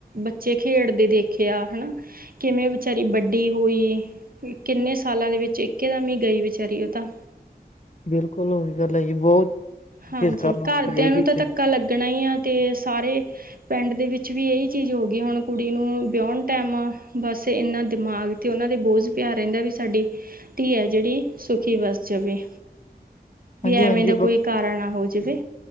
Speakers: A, on the right; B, on the left.
A: ਬੱਚੇ ਖੇਡਦੇ ਦੇਖੇ ਆ ਹਨਾ ਕਿਵੇਂ ਵਿਚਾਰੀ ਵੱਡੀ ਹੋਈ ਏ ਕਿੰਨੇ ਸਾਲਾਂ ਦੇ ਵਿੱਚ ਇੱਕੇ ਦਮ ਹੀ ਗਈ ਵਿਚਾਰੀ ਉਹ ਤਾਂ
B: ਬਿਲਕੁਲ ਓਂਦੇ ਲਈ ਬਹੁਤ
A: ਹਾਂਜੀ
B: ਫੇਸ ਕਰਨਾ
A: ਘਰਦਿਆਂ
B: ਔਖਾ ਇਹ ਚੀਜ਼ਾਂ
A: ਨੂੰ ਤਾਂ ਧੱਕਾ ਲੱਗਣਾ ਈ ਆ ਤੇ ਸਾਰੇ ਪੈਂਡ ਦੇ ਵਿੱਚ ਵੀ ਇਹੀ ਚੀਜ਼ ਹੋਗੀ ਹੁਣ ਕੁੜੀ ਨੂੰ ਵਿਉਣ ਟੈਮ ਬਸ ਇਨਾਂ ਦਿਮਾਗ ਤੇ ਉਨਾਂ ਦੇ ਬੋਝ ਪਿਆ ਰੇਂਦਾ ਵੀ ਸਾਡੀ ਧੀ ਐ ਜਿੜੀ ਸੁਖੀ ਵਸ ਜਾਵੇ। ਵੀ
B: ਹਾਂਜੀ
A: ਐਵੇਂ
B: ਹਾਂਜੀ
A: ਦਾ ਕੋਈ ਕਾਰਾ ਨਾ ਹੋ ਜੇਵੇ।